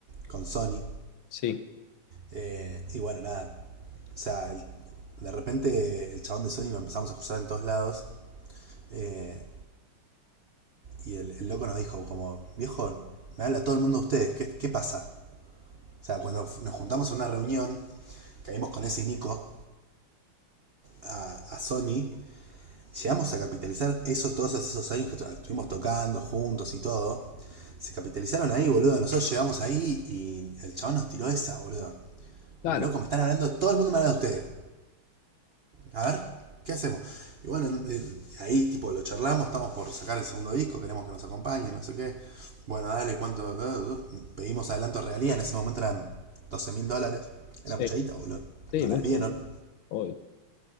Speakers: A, on the right (about 80°); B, on the left (about 75°).
A: con Sony.
B: sí,
A: eh, y bueno, nada, o sea, el- de repente el chabón de Sony lo empezamos a cruzar en todos lados. eh, y el, el loco nos dijo, como, viejo, me habla todo el mundo de ustedes, ¿qué, qué pasa? O sea, cuando f- nos juntamos en una reunión, caímos con ese Nico a, a Sony, llegamos a capitalizar eso todos esos años que estuvimos tocando juntos y todo. Se capitalizaron ahí, boludo. Nosotros llegamos ahí y el chabón nos tiró esa, boludo.
B: claro,
A: Como loco, me están hablando, todo el mundo me habla de ustedes. A ver, ¿qué hacemos? Y bueno, ahí tipo lo charlamos, estamos por sacar el segundo disco, queremos que nos acompañen, no sé qué. Bueno, dale, ¿cuánto? Eh, eh, Pedimos adelanto realía, en ese momento eran doce mil dólares.
B: sí,
A: Era mucha guita, boludo.
B: sí,
A: Nos
B: mucho.
A: las dieron.
B: obvio.